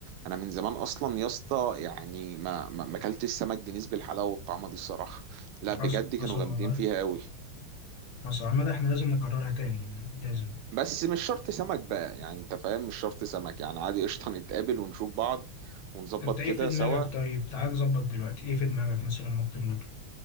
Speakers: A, on the right; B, on the left.
A: انا من زمان اصلا يا اسطى يعني ما ما ما اكلتش سمك دنيس بالحلاوة والطعمة دي الصراحة لا بجد
B: حصل
A: كانوا
B: حصل
A: جامدين
B: والله
A: فيها قوي
B: حصل عامة احنا لازم نكررها تاني لازم
A: بس مش شرط سمك بقى يعني انت فاهم مش شرط سمك يعني عادي قشطة نتقابل ونشوف بعض ونظبط
B: انت ايه
A: كده
B: في دماغك
A: سوا
B: طيب تعال نظبط دلوقتي ايه في دماغك مثلا ممكن ناكله